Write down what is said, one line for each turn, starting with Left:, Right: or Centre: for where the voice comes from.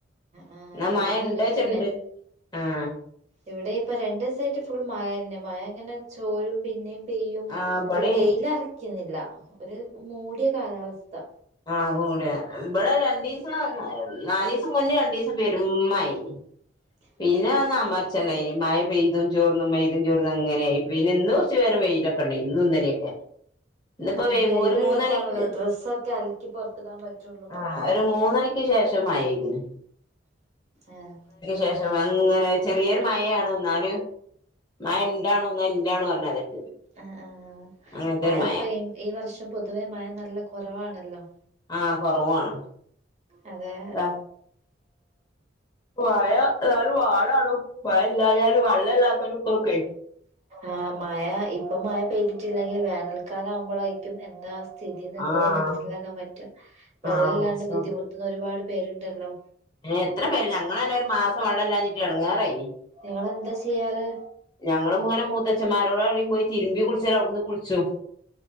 Right: ആഹ്
Left: എന്ന
Right: ഇവിടെ
Left: മഴ
Right: അങ്ങനെ
Left: ഉണ്ട്ച്ചണ്ട്
Right: തന്നെ
Left: ഉണ്ട് ആഹ്
Right: ഇവിടെ ഇപ്പ രണ്ട് ദിവസായിട്ട് ഫുൾ മഴ തന്നെ മഴ ഇങ്ങനെ ചോരും പിന്നെയും പെയ്യും
Left: ആഹ് ഇബടിം
Right: ഒരു വെയില അറക്കുന്നില്ല ഒരു മൂടിയ കാലാവസ്ഥ
Left: ആകൂട ഇവിടെ രണ്ടു ദിവസം നാല് ദിവസം മുന്നേ രണ്ടു ദിവസം പെരും മഴ ആയിരുന്നു
Right: <inaudible>
Left: പിന്നെ വന്ന അമ്മർ അല്ല ഈ മഴ പെയ്ത ചോറന്നും <inaudible> ചോറന്നും അങ്ങനെയായി പിന്നെ ഇന്ന് കുറച്ച് വെയിലൊക്കെ ഉണ്ടേ ഇന്നും ഇന്നലെയൊക്കെ ഇന്നിപ്പോ വൈ
Right: വെയിലള്ളപ്പ
Left: ഒരു മൂന്നണിക്ക്
Right: ആണല്ലോ ഡ്രസ്സൊക്കെ അലക്കി പുറത്തിടാൻ പറ്റുള്ളൂ
Left: ആഹ് ഒരു മൂന്നണിക്ക് ശേഷം മഴയായിരുന്നു
Right: ആഹ്
Left: ശേഷം അങ്ങനെ ചെറിയൊരു മഴയാണ് എന്നാലും മഴ ഉണ്ടാവുമെന്ന് <inaudible> ഇല്ല പറഞ്ഞ <inaudible>
Right: ആഹ് ആഹ്
Left: അങ്ങനത്തെ
Right: മഴപ്പ
Left: ഒരു മഴ
Right: ഈ വർഷം പൊതുവേ മഴ നല്ല കൊറവാണല്ലോ
Left: ആഹ് കുറവാണ്
Right: അതെ
Left: <inaudible> മഴ എന്നാലും <inaudible> മഴ ഇല്ലായാലും വെള്ളല്ലാത്തക്കളൊക്കെ
Right: ആഹ് മഴ ഇപ്പൊ മഴ പെയ്തിട്ടില്ലെങ്കിൽ വേനൽക്കാലാവുമ്പൊളായിരിക്കും എന്താ അവസ്ഥ സ്ഥിതിന്നുള്ളത്
Left: ആഹ്
Right: മനസ്സിലാക്കാൻ പറ്റ വെള്ളല്ലാണ്ട്
Left: ആഹ് മനസ്സിലാവും
Right: ബുദ്ധിമുട്ടുന്ന ഒരുപാട് പേരുണ്ടല്ലോ
Left: ആഹ് എത്ര പേര് ഞങ്ങളന്നെ ഒരു മാസം വെള്ളല്ലാഞ്ഞിട്ട് എടങ്ങാറായി
Right: നിങ്ങളെന്താ ചെയ്യാറ്
Left: ഞങ്ങളും ഇങ്ങനെ മൂത്തച്ചന്മാരോടെടെയും പോയി തിരുമ്പി കുളിച്ചാലാടുന്ന് കുളിച്ചും